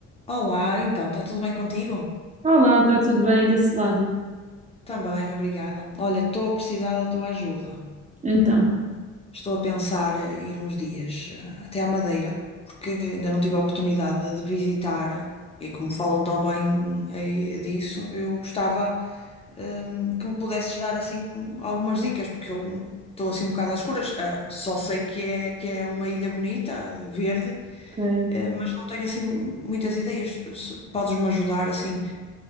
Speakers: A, on the left (about 20°); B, on the right (about 25°).
A: Olá, então, está tudo bem contigo?
B: Olá, está tudo bem desse lado?
A: Também, obrigada. Olha, estou a precisar da tua ajuda.
B: Então,
A: Estou a pensar eh, ir uns dias eh, até à Madeira, porque ainda não tive a oportunidade de visitar e como falam tão bem aí disso, eu gostava hum, que me pudesses dar assim algumas dicas, porque eu estou assim um bocado às escuras. Ah, só sei que é, que é uma ilha bonita, verde,
B: ok.
A: eh, mas não tenho assim muitas ideias. Se- Podes-me ajudar assim,